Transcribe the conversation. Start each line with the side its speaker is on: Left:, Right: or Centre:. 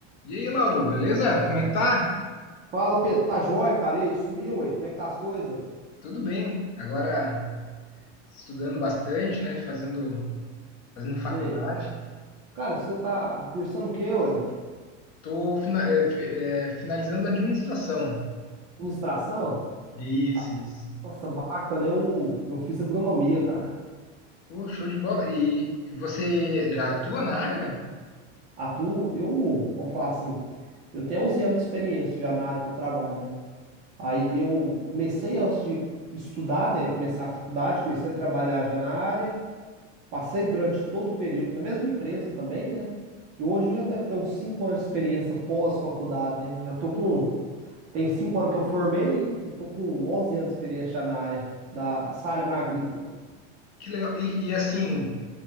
Left: E aí, Lauro, beleza? Como é que tá?
Right: Fala, Pedro, tá jóia, cara? E aí, sumiu, ué? Como é que tá as coisas?
Left: Tudo bem. Agora estudando bastante, né? Fazendo, fazendo faculdade.
Right: Sei. Cara, você tá cursando o quê, ué?
Left: Tô fina- eh, fi- eh, finalizando a administração.
Right: Administração?
Left: Isso,
Right: Ah,
Left: isso.
Right: Nossa, bacana, eu, eu fiz agronomia, cara.
Left: Pô, show de bola. E, e você já atua na área?
Right: Atuo, eu, vamos falar assim, eu tenho 11 anos de experiência já na área que eu trabalho, né? Aí eu comecei antes de estudar, né? Começar a faculdade, comecei a trabalhar já na área, passei durante todo o período na mesma empresa também, né? E hoje eu já deve ter uns 5 anos de experiência pós-faculdade, né? Já tô com Tem cinco anos que eu formei e tô com 11 anos de experiência já na área, da, essa área mais agrícola.
Left: Que legal. E, e, assim,